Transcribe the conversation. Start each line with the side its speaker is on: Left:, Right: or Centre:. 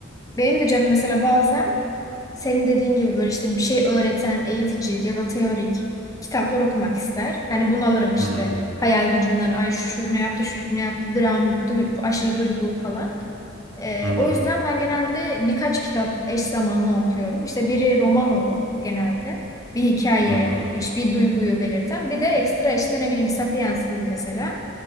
Left: benim de canım mesela bazen senin dediğin gibi böyle işte bir şey öğreten, eğitici ya da teorik kitaplar okumak ister. Hani bunalırım işte.
Right: Hı hı
Left: Hayal gücünden ay şu ne yaptı, şu ne yaptı, dram, duy- aşırı duygu falan. Ee,
Right: hı.
Left: o yüzden ben genelde birkaç kitap eş zamanlı okuyorum. İşte biri roman olur genelde. Bir hikaye,
Right: hı. hı hı.
Left: hiçbir duyguyu belirten. Bir de ekstra işte ne bileyim Sapiens gibi mesela.